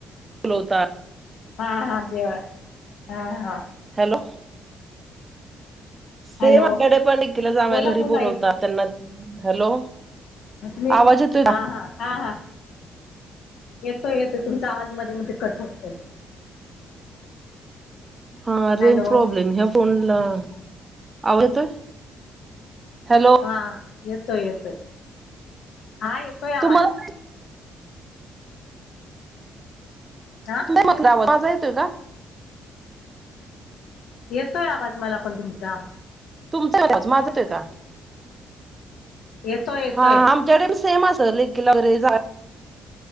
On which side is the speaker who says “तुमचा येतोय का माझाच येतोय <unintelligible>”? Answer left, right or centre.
Right